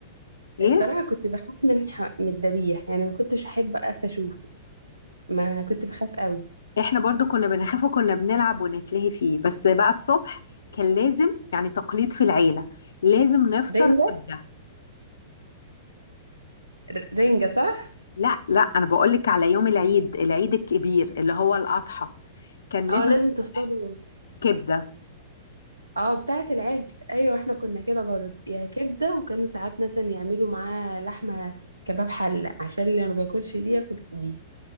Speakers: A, on the left (about 75°); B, on the right (about 85°).
A: ايه
B: الصراحة كنت بخاف من ح... من الذبيح يعني ما كنتش أحب أقف أشوفه ما كنت بخاف قوي
A: احنا برضو كنا بنخاف وكنا بنلعب ونتلهي فيه بس بقى الصبح كان لازم يعني تقليد في العيلة لازم نفطر
B: رنجة
A: كبدة
B: ر- رنجة صح؟
A: لا لا انا بقولك على يوم العيد العيد الكبير اللي هو الأضحى كان لازم
B: اه لازم
A: الصبح
B: تفضلوا
A: كبدة
B: اه بتاعة العجل ايوه احنا كنا كده برضه يا كبدة وكانوا ساعات مثلا يعملوا معاه لحمة كباب حلة عشان اللي ما بياكلش دي ياكل دي